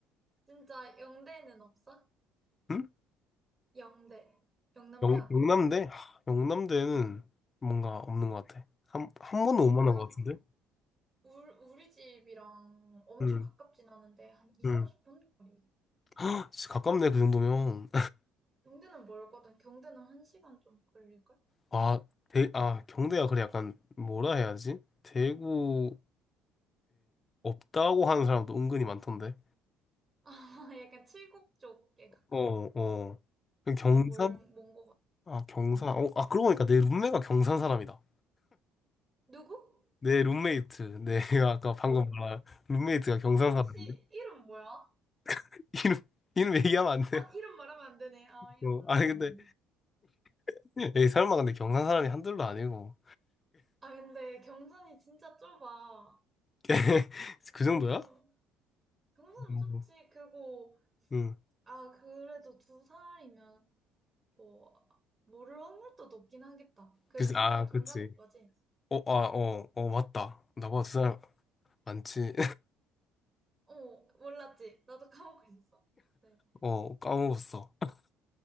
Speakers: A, on the right (about 30°); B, on the left (about 30°).
A: 진짜 영대는 없어?
B: 응?
A: 영대. 영남대학.
B: 영, 영남대? 하, 영남대는
A: 음.
B: 뭔가 없는 것 같아. 한, 한 번도
A: 진짜?
B: 못 만난 것 같은데?
A: 울, 우리 집이랑 엄청
B: 응,
A: 가깝진 않은데 한 2,
B: 응.
A: 30분 거리.
B: <gasps> 헉, 진짜 가깝네, 그 정도면.
A: 경대는 멀거든. 경대는 한시간좀 걸릴걸? <laughs>
B: 아, 대, 아, 경대가 그래 약간 뭐라 해야 하지? 대구에 없다고 하는 사람도 은근히 많던데.
A: 아, 약간 칠곡 쪽에 가깝지.
B: 어, 어, 어. 그 경산?
A: 좀 멀, 먼거 같아.
B: 아, 경산.
A: 음.
B: 어, 아, 그러고 보니까 내 룸메가 경산 사람이다.
A: 누구?
B: 내 룸메이트. <laughs> 내가 아까 방금
A: 어?
B: 말한 룸메이트가 경산
A: 혹시
B: 사람인데.
A: 이름 뭐야?
B: <laughs> 이름, 이름 얘기하면 안 돼.
A: 아, 이름 말하면 안 되네. 아, 이름
B: 어,
A: 말하면
B: 아니, 근데,
A: 안 되네.
B: <laughs> 에이, 설마 근데 경산 사람이 한둘도 아니고.
A: 아, 근데 경산이 진짜 좁아.
B: <laughs> 그 정도야?
A: 어. 경산은
B: 어,
A: 좁지. 그리고,
B: 응.
A: 아, 그래도 두 살이면, 뭐, 모를 확률도 높긴 하겠다. 그
B: 그치,
A: 룸메가
B: 아,
A: 동갑인
B: 그치.
A: 거지?
B: 어, 아, 어, 어, 맞다. 나보다
A: 응.
B: 두 사람 많지.
A: 어, 몰랐지. 나도 까먹고 있었어. 네.
B: 어, 까먹었어. <laughs>